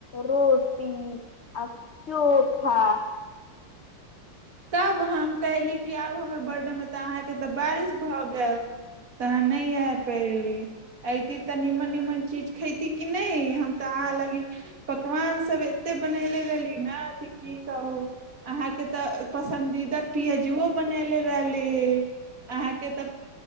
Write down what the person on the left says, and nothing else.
रोटी अ चोखा